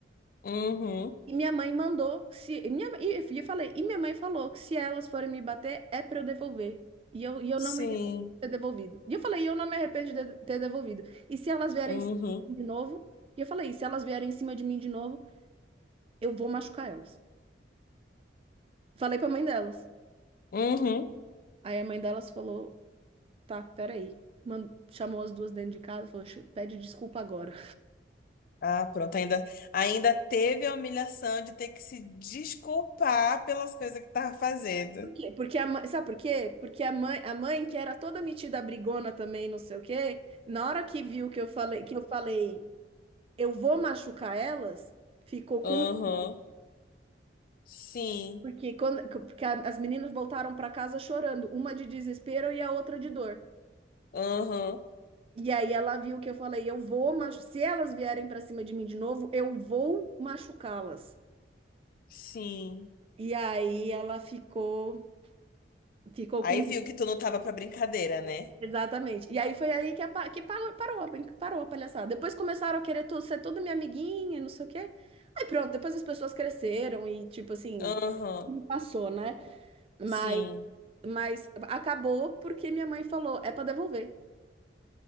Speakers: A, on the left (about 50°); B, on the right (about 30°).
A: Uhum.
B: E minha mãe mandou, se e minha e eu falei, e minha mãe falou que se elas forem me bater é para eu devolver. E eu, e eu
A: Sim.
B: não me arrependo de ter devolvido. E eu falei, e eu não me arrependo de ter devolvido. E se elas vierem
A: Uhum.
B: em cima de mim de novo, e eu falei, e se elas vierem em cima de mim de novo, eu vou machucar elas. Falei para a mãe delas.
A: Uhum.
B: Aí a mãe delas falou, tá, peraí. Mandou, chamou as duas dentro de casa, falou, pede desculpa agora.
A: Ah, pronto, ainda, ainda teve a humilhação de ter que se desculpar pelas coisas que tava fazendo.
B: quê? Porque a mãe, sabe por quê? Porque a mãe, a mãe que era toda metida brigona também, não sei o quê, na hora que viu que eu falei, que eu falei, eu vou machucar elas, ficou com
A: Aham,
B: medo,
A: sim,
B: porque quando porque a- as meninas voltaram para casa chorando, uma de desespero e a outra de dor.
A: aham,
B: E aí ela viu que eu falei, eu vou, mach- se elas vierem para cima de mim de novo, eu vou machucá-las.
A: sim.
B: E aí ela ficou, ficou com
A: Aí viu que tu não tava pra brincadeira, né?
B: Exatamente. E aí foi aí que, a pa- que parou, parou, a brin- parou a palhaçada. Depois começaram a querer tu- ser toda minha amiguinha, não sei o quê. Aí pronto, depois as pessoas cresceram e, tipo assim,
A: Aham,
B: passou, né? Mas,
A: sim.
B: mas acabou porque minha mãe falou, é para devolver.